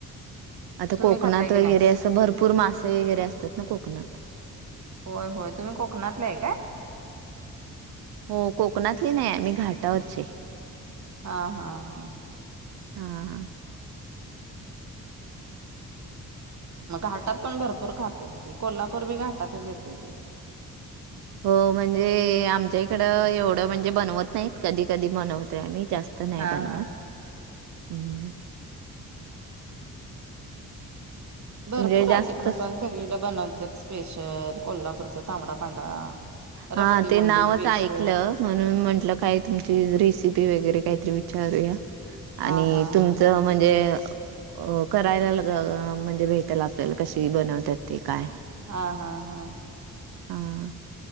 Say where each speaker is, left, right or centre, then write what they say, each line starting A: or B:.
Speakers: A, on the right; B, on the right.
A: आता
B: तुम्ही
A: कोकणात
B: खाताय की
A: वगैरे,
B: नाही
A: असं भरपूर मासे वगैरे असतात ना कोकणात.
B: होय होय. तुम्ही कोकणातलं आहे काय?
A: हो कोकणातली नाही, आम्ही घाटावरचे.
B: हा हा हा.
A: हा.
B: मग घाटात पण भरपूर खातेत की कोल्हापूर बी घाटातंच येतंय.
A: हो म्हणजे आमच्या इकडं एवढं म्हणजे बनवत नाहीत. कधी कधी बनवतोय आम्ही जास्त इथ़ नाही
B: हा
A: बनवत,
B: हा हा
A: हम्म.
B: भरपूर
A: म्हणजे जास्त
B: आहे तिकडं पण, सगळीकडे बनवतात स्पेशल. कोल्हापूरचा तांबडा पांढरा.
A: हा.
B: रक्ती
A: ते
B: मुंडी
A: नावच
B: स्पेशल
A: ऐकलं म्हणून म्हंटलं, काय तुमची रेसिपी वगैरे कायतरी विचारूया
B: हा
A: आणि
B: हा
A: तुमचं
B: हा
A: म्हणजे अ करायला घ घ म्हणजे भेटेल आपल्याला कशी बनवतात ते काय?
B: हा हा हा.
A: हा.